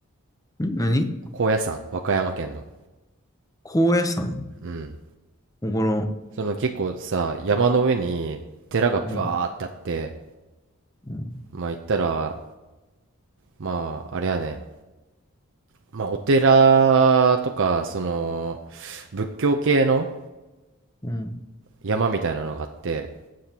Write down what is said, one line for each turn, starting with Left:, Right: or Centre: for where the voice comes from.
Left: ん何
Right: 高野山和歌山県の
Left: 高野山
Right: うん
Left: ここの、
Right: その結構さ山の上に寺がバーってあって
Left: うん。うん。
Right: まあ行ったらまああれやねまあお寺とかその仏教系の
Left: うん。
Right: 山みたいなのがあって